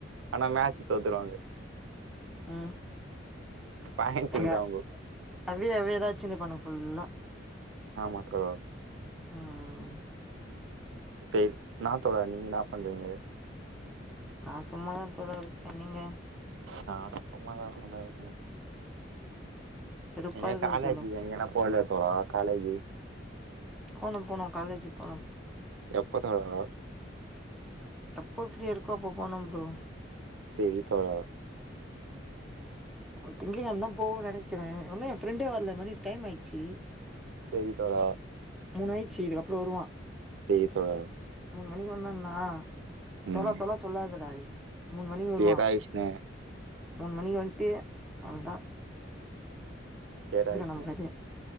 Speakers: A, on the right; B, in the centre.
A: ஆனா மேச்சு தோத்துருவாங்க.
B: ம்.
A: பாயிண்ட்டுக்குதா
B: த
A: அவுங்கோ
B: அவே அவே எதாச்சு நிப்பானுங் ஃபுல்லா.
A: ஆமா தோழா.
B: ம்
A: செர் நா தோழா நீங்க இன்னா பண்றீங்க?
B: நா சும்மாதாந் தோழா இருக்கே. நீங்க?
A: நானு சும்மாதா இருப்ப டெய்லியு.
B: வெறுப்பா
A: எங்கியு
B: இருக்குது
A: காலேஜிகு
B: தோழா
A: எங்கனா போலயா தோழா காலேஜு?
B: போணும் போணு காலேஜுக் போணும்.
A: எப்ப தோழா?
B: எப்பொ ஃப்ரீயாருக்கோ அப்போ போணும் ப்ரோ.
A: செரி தோழா.
B: அ அ திங்க கெழம‌ தா போவ நெனக்கிறே ஒன்னு எ ஃப்ரெண்டே வர்ல மணி டைம் ஆயிட்ச்சி.
A: சேரி தோழா.
B: மூனு ஆயிச்சி இதுக்கப்புற வருவா.
A: செரி தோழா.
B: மூன் மணிக்கு வந்தன்னா தோழா
A: ம்
B: தோழா சொல்லாதடா டே மூன் மணிக்கு வருவானா.
A: சேர்டா விஷ்ணு
B: மூன் மணிகு வந்ட்டு அவ்ள்த்தா.
A: தேரா விஷ்ணு
B: நம்ம கதையே